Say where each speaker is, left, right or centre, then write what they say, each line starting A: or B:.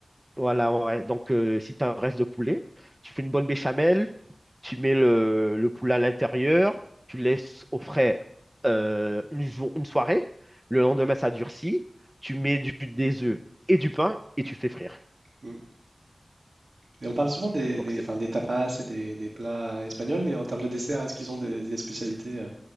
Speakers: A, on the right; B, on the right.
A: Voilà, ouais. ouais. Donc, euh, si tu as un reste de poulet, tu fais une bonne béchamel, tu mets le, le poulet à l'intérieur, tu laisses au frais euh, une, jour- une soirée. Le lendemain, ça durcit. Tu mets du, des œufs et du pain et tu fais frire.
B: Mm. Et on parle souvent des,
A: Donc,
B: des,
A: c'est...
B: enfin, des tapas et des, des plats espagnols, mais en termes de dessert, est-ce qu'ils ont des, des spécialités euh,